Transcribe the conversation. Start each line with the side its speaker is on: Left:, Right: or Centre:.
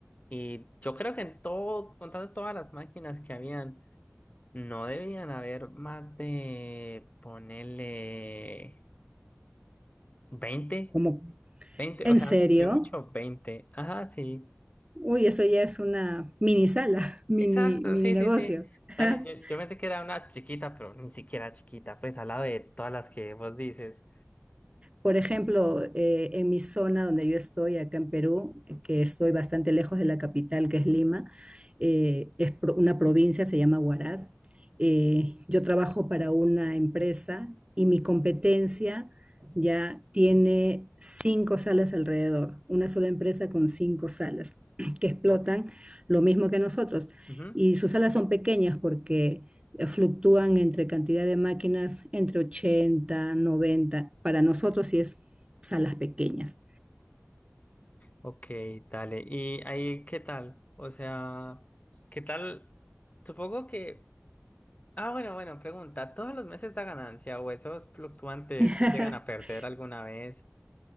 Left: Y yo creo que en todo, contando todas las máquinas que habían, no debían haber más de, ponerle 20,
Right: Como,
Left: 20,
Right: ¿en
Left: o sea,
Right: serio?
Left: ni mucho 20. Ajá, sí.
Right: Uy, eso ya es una mini sala, <laughs> mini,
Left: Exacto,
Right: mini
Left: sí,
Right: negocio.
Left: sí, sí.
Right: <laughs>
Left: Dale, yo, yo pensé que era una chiquita, pero ni siquiera chiquita, pues al lado de todas las que vos dices.
Right: Por ejemplo, eh, en mi zona donde yo estoy, acá en Perú, que estoy bastante lejos de la capital, que es Lima, eh, es pro- una provincia, se llama Huaraz. Eh, yo trabajo para una empresa y mi competencia ya tiene cinco salas alrededor, una sola empresa con cinco salas <clears throat> que explotan
Left: Ok.
Right: lo mismo que nosotros.
Left: Ujú.
Right: Y sus salas son pequeñas porque eh, fluctúan entre cantidad de máquinas entre 80, 90. Para nosotros sí es salas pequeñas.
Left: Ok, dale. ¿Y ahí qué tal? O sea, ¿qué tal? Supongo que... Ah, bueno, bueno, pregunta. ¿Todos los meses da ganancia o esos fluctuantes
Right: <laughs>
Left: si llegan a perder alguna vez?